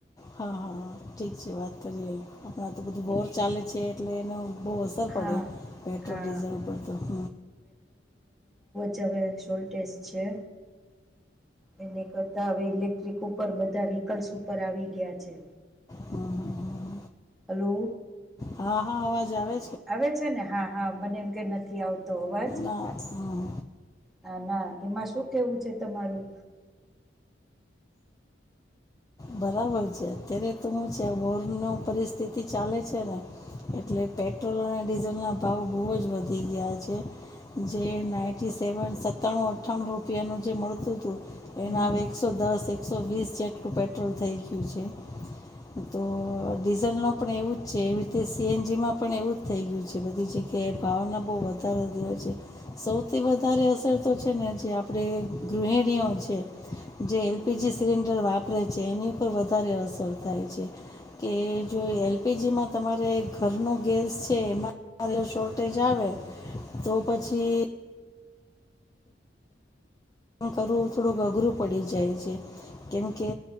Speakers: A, on the left (about 20°); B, in the centre.
A: હા હા ઠીક છે વાત કરીએ આપણા તો બધું
B: ઠીક.
A: બોર ચાલે છે એટલે એનું બહુ અસર
B: હા
A: પડે પેટ્રોલ
B: હા
A: ડીઝલ ઉપર તો હ
B: જવે શોલ્ટટેસ છે એને કરતા હવે ઇલેક્ટ્રિક ઉપર બધા વ્હીકલ્સ ઉપર આવી ગયા છે
A: હમ હમ.
B: હલો
A: હા હા અવાજ આવે
B: આવે છે ને હા હા મને એમ કે નથી આવતો અવાજ
A: ના હમ
B: નાા ના એમાં શું કેવું છે તમારું
A: બરાબર છે અત્યારે તો હું છે વોર નો પરિસ્થિતિ ચાલે છે ને એટલે પેટ્રોલ અને ડીઝલ ના ભાવ બહુ જ વધી ગયા છે જે નાઇટી સેવન સત્તાણું અઠ્ઠાણું રૂપિયાનું જે મળતું હતું
B: હમ
A: એના હવે એકસો દસ એકસો વીસ જેટલું પેટ્રોલ થઈ ગયું છે તો ડીઝલ ન પણ એવું જ છે એવી રીતે સીએનજી માં પણ એવું જ થઇ ગયું છે બધી જગ્યા કે ભાવના બહુ વધારો દ હોય છે સૌથી વધારે અસર તો છે ને જે આપણે ગૃહિણીઓ છે જે એલપીજી સિલિન્ડર વાપરે છે તે એની ઉપર વધારે અસર થાય છે કે જો એલપીજીમાં તમારે ઘરનો ગેસ છે એમાં શોર્ટેજ આવે તો પછી કરવું થોડુંક અઘરું પડી જાય છે કેમ કે